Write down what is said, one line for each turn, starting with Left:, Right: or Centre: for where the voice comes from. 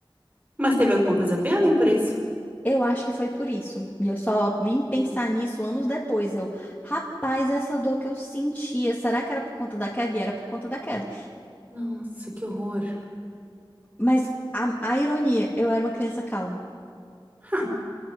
Right: Mas teve alguma coisa a ver, nem por isso?
Left: Eu acho que foi por isso. E eu só vim pensar
Right: Hum.
Left: nisso anos depois. Eu, rapaz, essa dor que eu sentia, será que era por conta da queda? E era por conta da queda.
Right: Nossa, que horror.
Left: Mas a, a ironia, eu era uma criança calma.
Right: Hã.